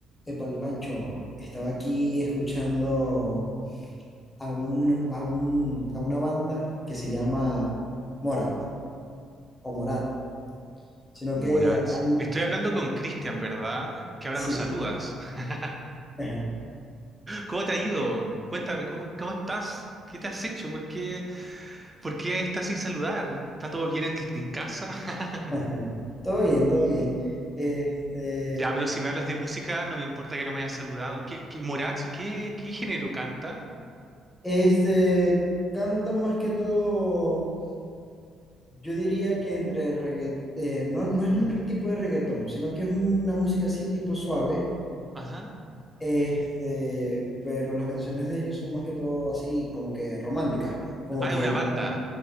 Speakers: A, on the left; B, on the right.
A: Épale, Pancho, estaba aquí escuchando a, un, a, un, a una banda que se llama Morat o Morat, sino
B: Morat.
A: que hay,
B: Estoy hablando con Cristian, ¿verdad? Que ahora
A: sí,
B: nos saludas.
A: sí,
B: <laughs>
A: ajá,
B: ¿Cómo te ha ido? Cuéntame, ¿cómo, cómo estás? ¿Qué te has hecho? ¿Por qué, por qué estás sin saludar? ¿Está todo bien en, en casa? <laughs>
A: <laughs> todo bien, todo bien. Este,
B: Ya, pero si me hablas de música, no me importa que no me hayas saludado. ¿Qué, qué- Morat, qué, qué género canta?
A: este, cantan más que todo, yo diría que entre reggaetón, no, no es un tipo de reggaetón, sino que es una música así tipo suave
B: Ajá.
A: Este, pero las canciones de ellos son más que todo así, como que románticas, como
B: Ah,
A: que,
B: es una banda.
A: pero-